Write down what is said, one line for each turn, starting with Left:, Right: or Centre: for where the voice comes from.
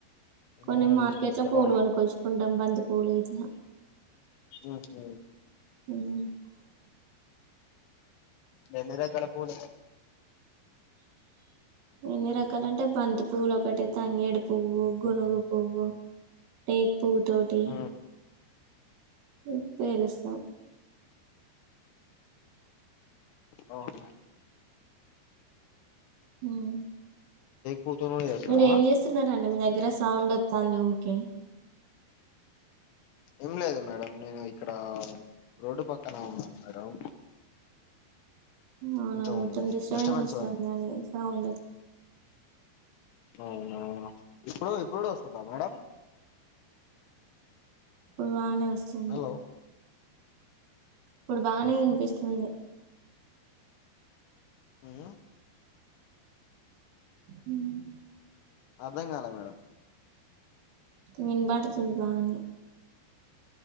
Left: ఏమైనా
Right: కొన్ని
Left: తీసుకొస్తారా
Right: మార్కెట్ లో పూలు కొనక్కోచ్చుకుంటాం బంతి పూలు ఇట్లా
Left: ఆహ
Right: మ్
Left: ఎన్ని రకాల పూలు
Right: ఎన్ని రకాలంటే బంతి పువ్వులు ఒకటి తంగేడు పువ్వు గునుగు పువ్వు టేక్ పువ్వు తోటి
Left: ఉమ్,
Right: పే పేరుస్తా
Left: ఓ ఔనా
Right: హ్మ్
Left: పూతోని కూడా చేస్తారా
Right: మీరు ఏం చేస్తున్నారంండి మీ దగ్గర సౌండ్ వత్తు చాలు ఓకే
Left: ఏం లేదు మేడం నేను ఇక్కడ రోడ్డు పక్కన ఉన్నాను మేడం
Right: అవునా
Left: కొంచెం
Right: మొత్తం డిస్టబెన్స్
Left: డిస్టర్బెన్స్
Right: వస్తుంది
Left: అన్-
Right: అని సౌండ్
Left: అవునా ఇప్పుడు ఇప్పుడు మేడం
Right: పోన వస్తుంది
Left: హలో
Right: ఇప్పుడు బానే
Left: వస్తుంది.
Right: వినిపిస్తుంది
Left: ఉమ్
Right: హ్మ్
Left: అర్థం కాలా మేడం
Right: వీనపడుతుంది బానే